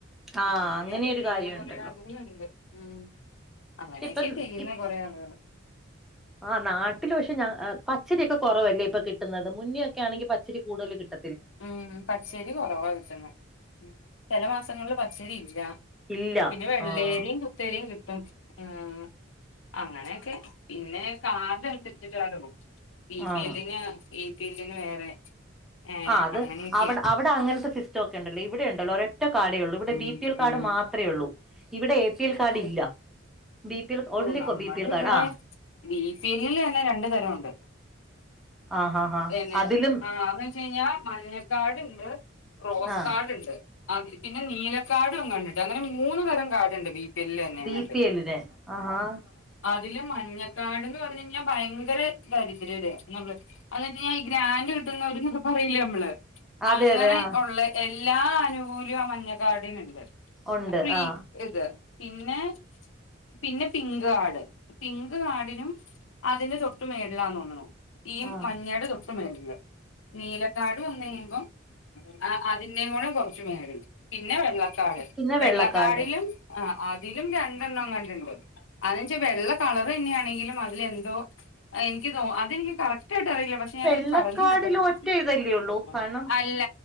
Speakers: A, in the centre; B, on the left (about 75°).
A: ആഹ്
B: അങ്ങനെയൊക്കെ
A: അങ്ങനെ ഒരു
B: ചെയ്യുന്ന
A: കാര്യം
B: കൊറേ
A: ഉണ്ടല്ലോ
B: ആളുകളുണ്ട് ഉം അങ്ങനെയൊക്കെ
A: ഇപ്പം
B: ചെയ്യുന്ന
A: ഇപ്
B: കൊറേ ആളുകള്
A: ആ നാ ട്ടില് പക്ഷെ പച്ചരിയൊക്കെ കുറവല്ലേ ഇപ്പം കിട്ടുന്നത് മുന്നൊക്കെ ആണെങ്കിൽ പച്ചരി കൂടുതൽ കിട്ട
B: ഉം പച്ചരി കൊറവാ കിട്ടുന്നേ ചില മാസങ്ങളില് പച്ചരി ഇല്ല
A: ഇല്ല
B: പിന്നെ വെള്ളരിയും
A: ആഹ്
B: കുത്തരിയും കിട്ടും ഉം അങ്ങനെയൊക്കെ പിന്നെ കാർഡ് അനുസരിച്ചിട്ടോ ബി
A: ആഹ്
B: പി എല്ലിന് എപി എല്ലിന് വേറെ ഏ
A: ആ് അത്
B: അങ്ങനെയൊക്കെയാ
A: അവിടെ അവിടെ അങ്ങനത്തെ സിസ്റ്റം ഒക്കെ ഉണ്ടല്ലോ ഇവിടെ ഉണ്ടല്ലോ ഒരെ ഒറ്റ കാർഡേ ഉള്ളൂ ഇവിടെ
B: ഉം
A: ബി പി എൽ കാർഡ്
B: ഉം
A: മാത്രേ ഒള്ളൂ ഇവിടെ എ പി എൽ കാർഡ്
B: ഓ
A: ഇല്ല ബി പി എൽ ഓൺലി
B: ഓ നമ്മള്
A: ബി പി എൽ കാർഡ്
B: ഇവിടെ
A: ആ
B: ബി പി എലിൽ തന്നെ രണ്ടു തരംണ്ട്
A: ആ ഹാ ഹാ
B: പിന്നെ
A: അതിലും
B: ആ അത് വെച്ചെന്നാ മഞ്ഞക്കാർഡ്ണ്ട് റോസ്
A: ആ
B: കാർഡ്ണ്ട് പിന്നെ നീലക്കാർഡ് ണ്ട് അങ്ങനെ മൂന്നു തരം കാർഡ് ബി പി എല്ലില് തന്നെങ്ങാണ്ട്
A: ബി പി എല്ലിന് ആഹാ
B: അതിലും മഞ്ഞക്കാർഡ്ന്ന് പറഞ്ഞ ഭയങ്കര ദാരിദ്ര്യര് അ എന്ന് വെച്ചാ ഈ ഗ്രാൻഡ് കിട്ടുന്ന ക്ക പറയില്ലേ നമ്മള്
A: അതെ
B: അങ്ങനെ
A: അതെ ആ
B: ഉള്ള എല്ലാ അനുകൂല്യം ആ മഞ്ഞ കാർഡിനുണ്ട്
A: ഉണ്ട്
B: ഫ്രീ
A: ആ
B: ഇത് പിന്നെ പിന്നെ പിങ്ക് കാർഡ് പിങ്ക് കാർഡിനും അതിന്റെ തൊട്ട് മേളിലാന്ന് തോന്ന്ണു ഈ
A: ആ
B: മഞ്ഞയുടെ തൊട്ട് മേളിൽ നീലകാർഡ് വന്ന് കഴിയുമ്പം അതിൻ്റെയുംകൂടെ കുറച്ചു പേരുണ്ട് പിന്നെ വെള്ള കാർഡ്
A: പിന്നെ
B: വെള്ളക്കാർഡിലും
A: വെള്ളക്കാർഡ്
B: ആ അതിലും രണ്ടെണ്ണം എംഗാണ്ടുണ്ട് അതെന്നുവെച്ചാൽ വെള്ള കളർ തന്നെയാണെങ്കിലും അതിലെന്തോ എനിക്ക് തോ അതെനിക്ക് കറക്ടായിട്ട് അറിയ ല്ല പക്ഷെ ഞാന്
A: വെള്ളക്കാർഡിൽ
B: പറഞ്ഞു കേട്ടിരുന്നു
A: ഒറ്റ ഇതല്ലേ ഉള്ളൂ കാരണം
B: അല്ല